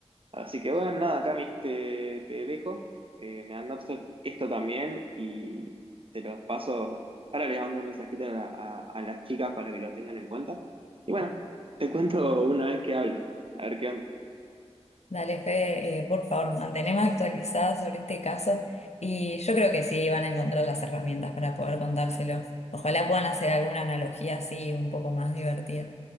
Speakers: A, on the right; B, on the left.
A: Así que bueno, nada, Camis, te, te dejo. Eh, me anoto esto también y se los paso. Ahora les mando un mensajito a, la- a- a las chicas para que lo tengan en cuenta. Y bueno, te cuento una vez que hablen, a ver qué onda.
B: Dale, Fede, eh, por favor, manteneme actualizada sobre este caso y yo creo que sí van a encontrar las herramientas para poder contárselo. Ojalá puedan hacer alguna analogía así un poco más divertida.